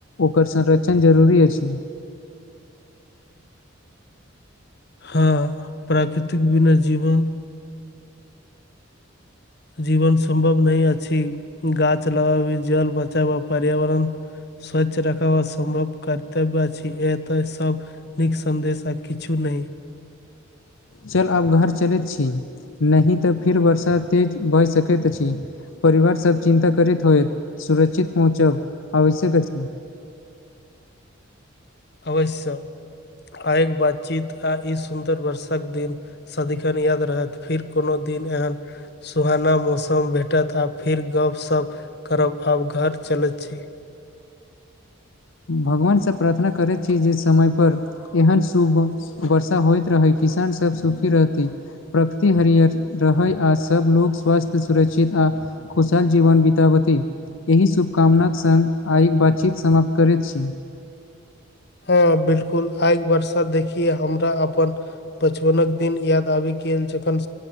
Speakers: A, on the left (about 70°); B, on the left (about 50°).
A: ओकर संरक्षण जरूरी अछि
B: हँ प्राकृतिक बिना जीवन जीवन सम्भव नै अछी गाछ लगाबी जल बचाबै पर्यावरण स्वच्छ रख सम्भव करर्तव्य अछी ए तऽ सब नीक सन्देश आ किछु नई
A: चल आब घर चलैत छी नहि तऽ फिर वरषा तेज भयऽ सकैत अछि परिवार सब चिन्ता करैत होएब सुरक्षित पहुँचब आवश्यक अछि
B: अवश्य आयग बातचीत आ ई सुन्दर वर्षाक दिन सदिखन याद रहथि फेर कोनो दिन एहन सुहाना मौसम भेटत आ फेर गपशप करब आब घर चलैत छी
A: भगवानसँ प्रार्थना करैत छी जे समयपर एहन शुभ वर्षा होइत रहै किसान सब सूखी रहती प्रकृति हरियर रहै आ सब लोग स्वस्थ सुरक्षित आ खुशहाल जीवन बीताबथि एहि शुभकामना संग आइ बातचीत समाप्त करैत छी
B: हँ बिल्कुल आयग वरषा देखियै हमरा अपन बचपनक दिन याद आबि गेल जखन